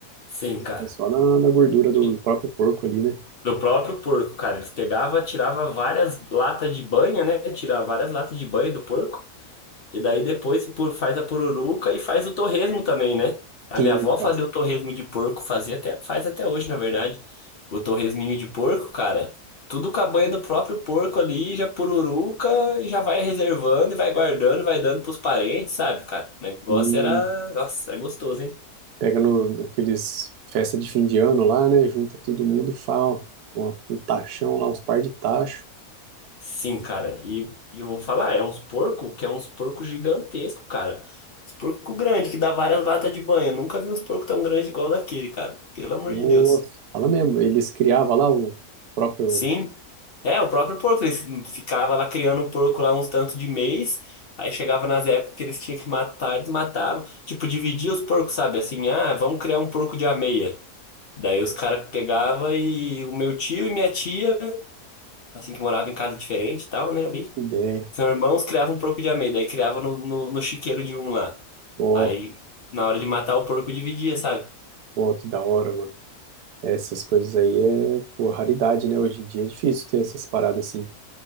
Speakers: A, on the left (about 45°); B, on the right (about 85°).
A: Sim, cara.
B: Tá só na, na gordura do
A: E
B: do próprio porco ali, né?
A: do próprio porco, cara, eles pegavam, tirava várias latas de banha, né? Tirava várias latas de banha do porco, e daí depois por, faz a pururuca e faz o torresmo também, né? A
B: Sim,
A: minha avó fazia
B: cara.
A: o torresmo de porco, fazia até, faz até hoje, na verdade. O torresminho de porco, cara, tudo com a banha do próprio porco ali, já pururuca, e já vai reservando, e vai guardando, e vai dando pros parentes, sabe, cara? O negócio
B: Sim.
A: era, nossa, é gostoso, hein?
B: Pega no, naqueles festa de fim de ano lá, né? Junta todo mundo e fala ó, um tachão lá, uns par de tacho.
A: Sim, cara, e, e eu vou falar, é uns porco que é uns porco gigantesco, cara. Uns porco grande que dá várias latas de banho. Eu nunca vi uns porco tão grande igual daquele, cara. Pelo amor
B: Nossa,
A: de Deus.
B: fala mesmo. Eles criavam lá o próprio
A: Sim. É, o próprio porco, eles ficava lá criando porco lá uns tantos de mês, aí chegava nas épocas que eles tinham que matar, eles matavam. Tipo, dividia os porcos, sabe? Assim, ah, vamos criar um porco de ameia. Daí os caras pegavam e o meu tio e minha tia, assim que morava em casa diferente e tal, né, ali.
B: ideia.
A: São irmãos criavam um porco de amêndoa, aí criava no, no, no chiqueiro de um lá.
B: Ó,
A: Aí, na hora de matar o porco, dividia, sabe?
B: ó, que da hora, mano. Essas coisas aí é, pô, raridade, né? Hoje em dia é difícil ter essas paradas assim.